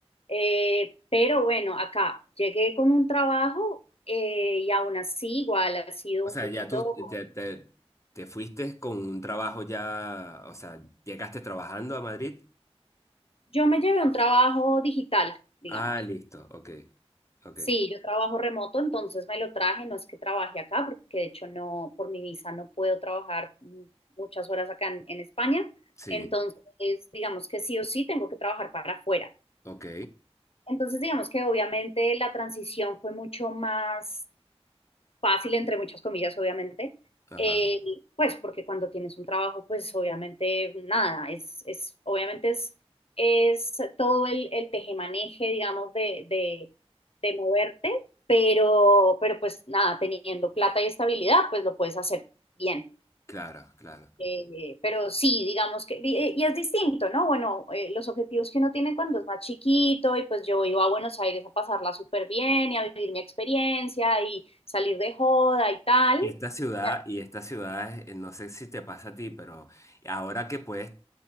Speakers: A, on the left (about 60°); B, on the left (about 25°).
A: Eh, pero bueno, acá llegué con un trabajo eh, y aún así igual ha sido
B: O sea,
A: un poquito...
B: ya tú te, te, te fuiste con un trabajo ya, o sea, llegaste trabajando a Madrid.
A: Yo me llevé un trabajo digital, digamos.
B: Ah, listo, ok, ok,
A: Sí, yo trabajo remoto, entonces me lo traje, no es que trabaje acá, porque de hecho no, por mi visa no puedo trabajar mu- muchas horas acá en, en España,
B: sí.
A: entonces digamos que sí o sí tengo que trabajar para afuera.
B: Ok,
A: Entonces digamos que obviamente la transición fue mucho más fácil, entre muchas comillas, obviamente,
B: ajá,
A: eh, pues porque cuando tienes un trabajo, pues obviamente nada, es, es obviamente es, es todo el, el tejemaneje, digamos, de, de, de moverte, pero, pero pues nada, teniendo plata y estabilidad, pues lo puedes hacer bien.
B: claro, claro.
A: Eh, pero sí, digamos que, y, y es distinto, ¿no? Bueno, eh, los objetivos que uno tiene cuando es más chiquito, y pues yo iba a Buenos Aires a pasarla súper bien y a vivir mi experiencia y salir de joda y tal.
B: Y esta ciudad,
A: eh,
B: y esta ciudad, es- no sé si te pasa a ti, pero ahora que puedes